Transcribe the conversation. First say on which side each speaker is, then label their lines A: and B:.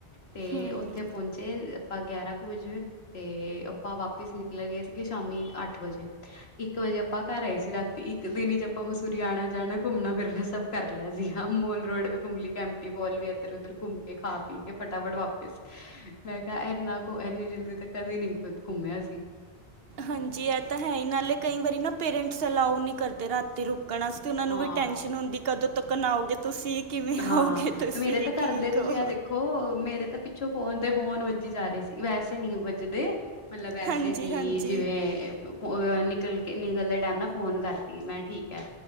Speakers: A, on the left; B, on the right.
A: ਤੇ
B: ਹੂੰ
A: ਉੱਥੇ ਪਹੁੰਚੇ ਅ ਆਪਾਂ ਗਿਆਰਾਂ ਕੁ ਵਜੇ ਤੇ ਆਪਾਂ ਵਾਪਿਸ ਨਿਕਲੇ ਗਏ ਸੀਗੇ, ਸ਼ਾਮੀ ਅੱਠ ਵਜੇ। ਇੱਕ ਵਜੇ ਆਪਾਂ ਘਰ ਆਏ ਸੀ ਰਾਤੀ ਇੱਕ ਦਿਨ ਚ। ਆਪਾਂ ਮਸੂਰੀ ਆਣਾ-ਜਾਣਾ, ਘੁੰਮਣਾ-ਫਿਰਨਾ ਸਭ ਕਰ ਲਿਆ ਜੀ। ਮੋਲ ਰੋਡ ਵੀ ਘੁੰਮਲੀ, ਕੈਂਮਟੀ ਫੋਲ ਵੀ, ਇੱਧਰ ਉੱਧਰ ਘੁੰਮ ਕੇ, ਖਾ ਪੀ ਕੇ ਫਟਾਫਟ ਵਾਪ ਮੈਂ ਕਿਹਾ ਇੰਨਾ ਕੋ ਇੰਨੀ ਜਲਦੀ ਤੱਕ ਕਦੇ ਨਹੀਂ ਘੁੰਮਿਆ ਸੀ
B: ਹਾਂਜੀ ਇਹ ਤਾਂ ਹੈ ਹੀ ਨਾਲੇ ਕਈ ਵਾਰੀ ਨਾ ਪੇਰੈਂਟਸ ਅਲਾਓ ਨੀ ਕਰਦੇ ਰਾਤੀ ਰੁਕ ਕਣ ਵਾਸਤੇ ਉਹਨਾ ਨੂੰ
A: ਹਾਂ
B: ਵੀ ਟੈਨਸ਼ਨ ਹੁੰਦੀ ਕਦੋਂ ਤੱਕਣ ਆਓਗੇ ਤੁਸੀਂ ਕਿਵੇਂ
A: ਹਾਂ
B: ਆਓਗੇ ਤੁਸੀਂ
A: ਮੇਰੇ ਤਾਂ ਘਰਦੇ
B: ਠੀਕ
A: ਤੁਸੀਂ
B: ਹੋ
A: ਆ ਦੇਖੋ ਮੇਰੇ ਤਾਂ ਪਿੱਛੋਂ ਫੋਨ ਤੇ ਫੋਨ ਵੱਜੀ ਜਾ ਰਹੇ ਸੀ ਵੈਸੇ ਨਹੀਂ ਵੱਜਦੇ ਮਤਲਬ ਵੈਸੇ
B: ਹਾਂਜੀ
A: ਕਿ
B: ਹਾਂਜੀ
A: ਜਿਵੇਂਹ ਕਿ ਪਹੁੰ ਨਿਕਲ ਕੇ ਨਿਕਲਦੇ ਟਾਈਮ ਨਾਲ ਫੋਨ ਕਰਦੀ ਮੈਂ ਠੀਕ ਹੈ